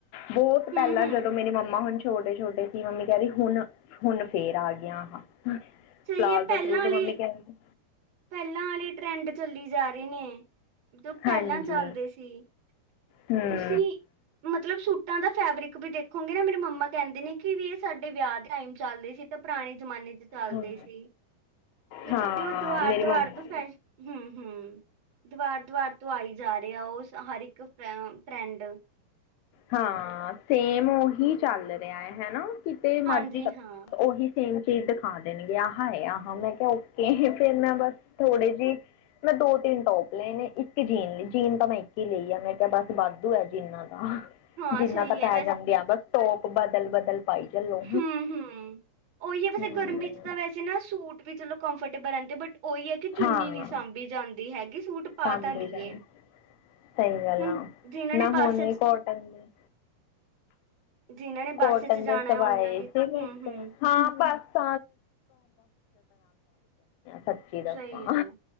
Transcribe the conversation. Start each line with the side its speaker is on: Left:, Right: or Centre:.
Left: ਬਹੁਤ ਪਹਿਲਾਂ
Right: ਹੂੰ ਹੂੰ
Left: ਜਦੋਂ ਮੇਰੀ ਮੰਮਾ ਹੁਣ ਛੋਟੇ-ਛੋਟੇ ਮੰਮੀ ਕਹਿ ਰਹੀ ਹੁਣ-ਹੁਣ ਫੇਰ ਆ ਗਿਆਾਂ। <unintelligible>
Right: ਸਹੀ
Left: ਪਲਾਜ਼ੋ
Right: ਹੈ ਪਹਿਲਾਂ ਵਾਲੇ
Left: ਮਮੀ ਕਹਿੰਦੇ
Right: ਪਹਿਲਾਂ ਆਲ਼ੇ ਟਰੈਂਡ ਚੱਲੀ ਜਾ ਰਹੇ ਨੇ। ਜੋ ਪਹਿਲਾਂ
Left: ਹਾਂਜੀ
Right: ਚੱਲਦੇ ਸੀ,
Left: ਹੂੰ
Right: ਤੁਸੀਂ ਮਤਲਬ ਸੁੱ <unintelligible> ਉਹਨਾਂ ਦੇ ਫੈਬਰਿਕ ਵਿੱਚ ਵੀ ਦੇਖੋਂਗੇ ਮੇਰੇ ਮੰਮਾ ਮੰਮਾ ਕਹਿੰਦੇ ਨੇ ਕਿ ਵੀ ਇਹ ਸਾਡੇ ਵਿਆਹ ਦੇ ਟਾਈਮ ਚੱਲਦੇ ਸੀ, ਤੇ ਪੁਰਾਣੇ ਜਮਾਨੇ ਚ ਚੱਲਦੇ
Left: ਹਾਂ
Right: ਸੀ, ਕਿਉਂਕਿ
Left: ਹਾਂ
Right: ਉਹ ਹਰਦੁਵਾਰ
Left: ਮੇਰੀ ਮੰਮਾ
Right: ਤੋਂ ਫੇਰ ਹਮ ਹਮ ਦਵਾਰ ਦਵਾਰ ਤੋਂ ਆਈ ਜਾ ਰਿਹਾ ਆ ਉਹ ਹਰ ਇੱਕ ਟਰੈਂਡ।
Left: ਹਾਂ ਸੇਮ ਉਹੀ ਚੱਲ ਰਿਹਾ ਹੈ ਹਨਾ। <unintelligible>
Right: ਹਾਂਜੀ ਹਾਂ
Left: ਚੀਜ਼ ਦਿਖਾ ਦੇਣਗੇ ਆਹਾ ਏ ਆਹਾਂ ਮੈਂ ਕਿਹਾ ਫੇਰ ਮੈਂ ਬਸ ਥੋੜੇ ਜਿ ਮੈਂ ਦੋ ਤਿੰਨ ਟੋਪ ਲਏ ਨੇ, ਇੱਕ ਜੀਨ, ਜੀਨ ਤਾਂ ਮੈਂ ਇੱਕ ਹੀ ਲਈ ਆ ਮੈਂ ਕਿਹਾ ਬਸ ਵਾਧੂ ਹੈ ਜੀਨਾਂ ਤਾਂ <unintelligible>
Right: ਹਾਂ ਸਹੀ ਹੈ
Left: ਟੋਪ ਬਦਲ ਬਦਲ ਪਾਈ ਚੱਲੋ
Right: ਹਮ ਹਮ ਉਹੀ ਹੈ, ਵੈਸੇ
Left: ਹਮ,
Right: ਗਰਮੀ ਚ ਤਾਂ ਵੈਸੇ ਨਾ ਸੂਟ ਵੀ ਚਲੋ ਕੰਫ <unintelligible> ਉਹੀ ਹੈ ਕਿ ਚੁੰਨੀ
Left: ਹਾਂ
Right: ਨਹੀਂ ਸਾਂਭੀ ਜਾਂਦੀ ਹੈਗੀ ਸੂਟ ਪਾ
Left: ਸਾਂਭੀ
Right: ਤਾਂ ਲਈਏ।
Left: ਜਾਣ ਸਹੀ ਗੱਲ
Right: ਹੁਣ
Left: ਆ
Right: ਜਿਨ੍ਹਾਂ
Left: ਮੈਂ
Right: ਨੇ ਬੱਸ
Left: ਹੁਣ
Right: 'ਚ
Left: ਵੀ ਕੋਟਨ
Right: ਜਿਨ੍ਹਾਂ ਨੇ
Left: ਕੋਟਨ
Right: ਬੱਸ 'ਚ ਜਾਣਾ
Left: ਦੇ ਸਵਾਏ,
Right: ਹੈ ਉਹਨਾਂ ਲਈ ਤਾਂ ਹੂੰ ਹੂੰ
Left: ਹਾਂ ਬਸ <unintelligible> ਦੱਸਾਂ
Right: ਸਹੀ ਏਂ